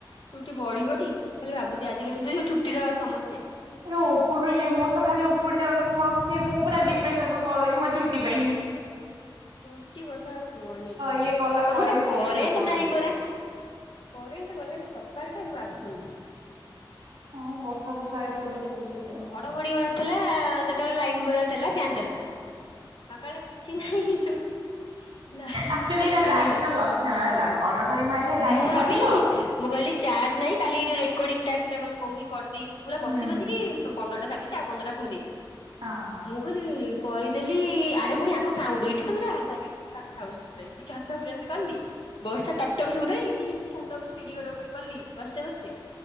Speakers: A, on the left; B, on the right.
A: ଚୁଟି ବଢିବ ଟି ଖାଲି ଭାବୁଛି ଆଜିିକାଲି ତ ଯୋଉ ଚୁଟିର ସମସ୍ୟା।
B: ର ଉପୁଡୁଚି ଯେ ମୋର ତ ଖାଲି ଉପୁଡି ଯାଉଛି ମୁଁ ଆଉ କିଛି ମୁଁ ପୁରା ଡିପ୍ରେସନ କୁ ପଳଉଛି ମୋ ଚୁଟି ପାଇଁକି ଁ
A: ଚୁଟି କଥା ଆଉ କୁହନି
B: ଇଏ କଲା ପରେ
A: ଆମର
B: ବି ଚୁଟି
A: କରେଣ୍ଟ
B: ଉପୁଡୁଛି।
A: ନାହିଁ ପରା। କରେଣ୍ଟ ଗଲାଣି ସକାଳଠାରୁ ଆସୁନି।
B: ହଁ ବର୍ଷା ବର୍ଷା ହେଇଥିଲା ବୋଧେ ସେଥିପାଇଁ।
A: ଘଡ଼ଘଡି ମାରୁଥିଲା ସେତେବେଳେ ଲାଇନ ପୁରା ଥିଲା ଫ୍ୟାନ ଚାଲିଥିଲା ସକାଳେ କି କିଛି ନାହିଁ ଇ ଯୋ। ଲାଇନି
B: ଆକ୍ଚୁଆଲି
A: ଟିକେ
B: ଏଇଟା ଲାଇନ୍
A: ବି ନା
B: ର ଲକ୍ଷଣ ହେଲା ଘଡଘଡି ମାଇଲେ ଲାଇନ୍
A: ମୁଁ ଭାବିଲି
B: ରହିବ
A: ମୁଁ କହିଲି ଚାର୍ଜ ନାଇଁ କାଲି ଏ ଯୋଉ ରେକୋଡ଼ିଙ୍ଗ ଟ୍ୟାକ୍ସଟା କରିବ କହୁଥିଲି କରିଦେଇଛି ପୁରା
B: ହୁଁ
A: ବସି ବସିକି
B: ହୁଁ।
A: ପନ୍ଦରଟା ସାରି ଦେଇଛି ଆଉ ପନ୍ଦଟା ଫୁଣି ଦେଇଛ
B: ହଁ ହଁ।
A: ମୁଁ କହିଲି କରିଦେଲି ଆଡେ ପୁଣି ଆଙ୍କ ସାଉଣ୍ଡୁ ଏଠି ତ ପୁରା ହାଲା ଏକା ତାଙ୍କ ସାଉଣ୍ଡ ଶୁଭୁଥାଏ, ମୁ ଛାତ ଉପରେ ଆସି କଲି ବର୍ଷା ଟ ଏଇଠିଇ ଛାତ ଉପରେ ସିଢି ଘର ଉପରେ କଲି କଷ୍ଟେ ବଷ୍ଟେ